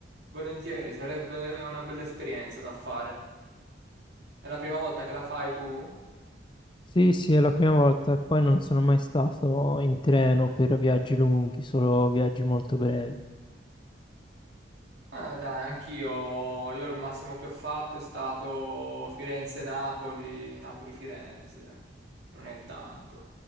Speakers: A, on the right; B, on the left.
A: volentieri, sarebbe una bella esperienza da fare. È la prima volta che la fai tu?
B: Sì, sì, è la prima volta e poi non sono mai stato in treno per viaggi lunghi, solo viaggi molto brevi.
A: Eh, dai, anch'io, io il massimo che ho fatto è stato Firenze-Napoli, Napoli-Firenze, non è tanto,